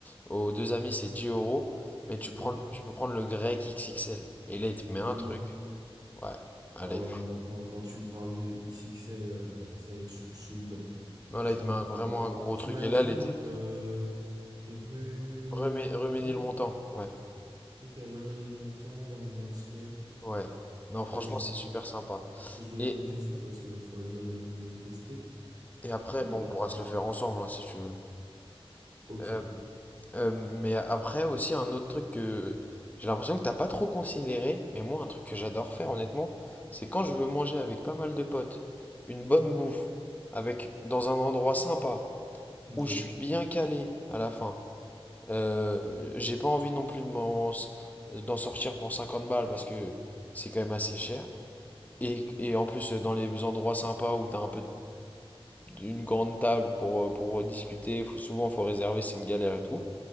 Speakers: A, on the left; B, on the right.
A: aux deux amis, c'est 10 euros. Mais tu
B: ok.
A: prends, tu peux prendre le grec XXL. Et là, il te
B: Mais
A: met un
B: non.
A: truc. Ouais. Ah,
B: Ah
A: là,
B: ouais,
A: il te-
B: non, moi quand, quand tu me parles de XXL, euh, ça y est, je suis je suis dedans.
A: Non,
B: Je
A: là,
B: suis
A: il te
B: vraiment
A: met un-
B: bon.
A: vraiment
B: Donc,
A: un gros
B: tu
A: truc.
B: m'as
A: Et
B: dit
A: là, l'été,
B: euh, rue Ménilmontant.
A: remets, remets le montant. Ouais.
B: Ok, rue Ménilmontant dans le 20
A: Ouais. Non, franchement,
B: Bah, je,
A: c'est super sympa.
B: je vais
A: Et,
B: me noter ça parce qu'il va falloir que j'aille me, me le tester.
A: et après,
B: Mais
A: bon, on pourra
B: euh,
A: se le faire ensemble, hein, si tu veux.
B: ok,
A: Euh, Euh, mais après aussi un autre truc que j'ai l'impression que t'as pas trop considéré, mais moi un truc que j'adore faire honnêtement, c'est quand je veux manger avec pas mal de potes, une bonne bouffe, avec dans un endroit sympa,
B: ok.
A: où je suis bien calé à la fin. Euh, j'ai pas envie non plus de m'en- d'en sortir pour 50 balles parce que c'est quand même assez cher. Et, et en plus dans les endroits sympas où t'as un peu une grande table pour, pour discuter, faut souvent faut réserver, c'est une galère et tout.